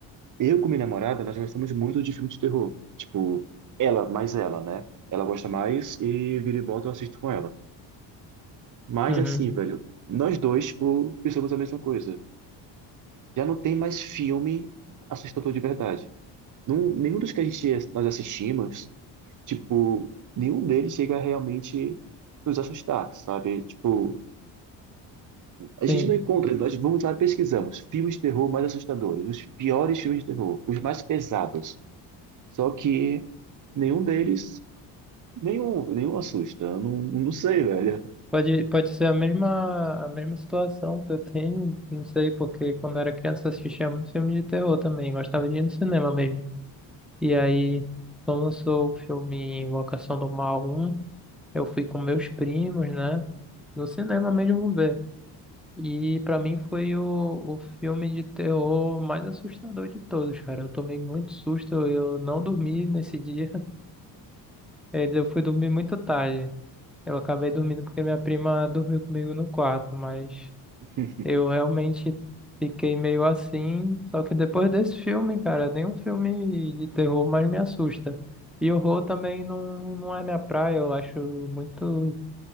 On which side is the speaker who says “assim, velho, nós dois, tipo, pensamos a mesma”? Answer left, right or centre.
Right